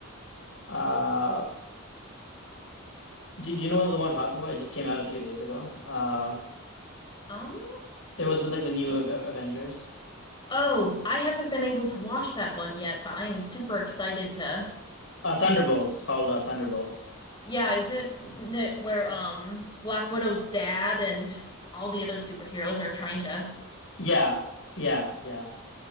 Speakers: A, on the left (about 65°); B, on the left (about 20°).
A: uh do, do you know the one I'm talking about? It just came out a few days ago. Uh
B: Um,
A: it was with like the new A- A- Avengers.
B: oh, I haven't been able to watch that one yet, but I am super excited to.
A: Uh Thunderbolts. It's called uh, Thunderbolts.
B: Yeah, is it n- n- where um Black Widow's dad and all the other superheroes are trying to?
A: Yeah. Yeah, yeah.